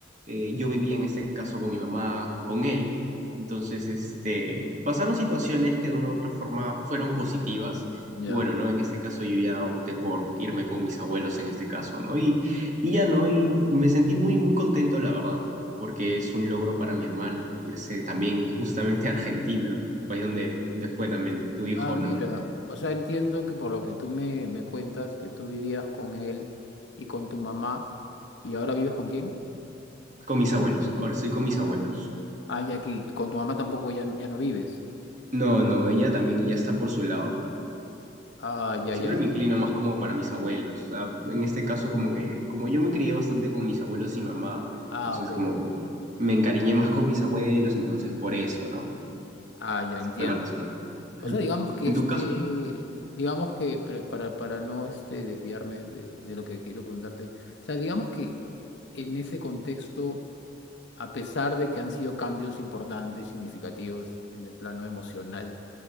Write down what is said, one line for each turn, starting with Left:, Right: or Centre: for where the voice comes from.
Right: eh, yo vivía en este caso con mi mamá, con él. Entonces, este, pasaron situaciones que de una u otra forma fueron positivas.
Left: ya.
Right: Y bueno, ¿no? En este caso yo ya opté por irme con mis abuelos en este caso, ¿no? Y, y ya, ¿no? Y me sentí muy, muy contento, la verdad, porque es un logro para mi hermano irse también justamente a Argentina, el país donde, donde fue también tu hijo,
Left: Ah, mira,
Right: ¿no?
Left: o sea, entiendo que por lo que tú me, me cuentas, que tú vivías con él y con tu mamá, ¿y ahora vives con quién?
Right: Con mis abuelos. Ahora estoy con mis abuelos.
Left: Ah, ya que con tu mamá tampoco ya, ya no vives.
Right: No, no, ella también ya está por su lado.
Left: Ah, ya,
Right: Siempre
Left: ya.
Right: me inclino
Left: y-
Right: más como para mis abuelos. O sea, en este caso, como que, como yo me crié bastante con mis abuelos y mamá,
Left: Ah,
Right: entonces
Left: ok,
Right: como
Left: ok.
Right: me encariñé más con mis abuelos, entonces por eso, ¿no?
Left: Ah, ya
Right: Esa
Left: entiendo.
Right: fue la Ah, razón. Ujú.
Left: O sea, digamos que
Right: En
Left: este,
Right: tu caso,
Left: digamos que, pero para, para no este, desviarme de, de lo que quería preguntarte, o sea, digamos que en ese contexto, a pesar de que han sido cambios importantes, significativos en el plano emocional,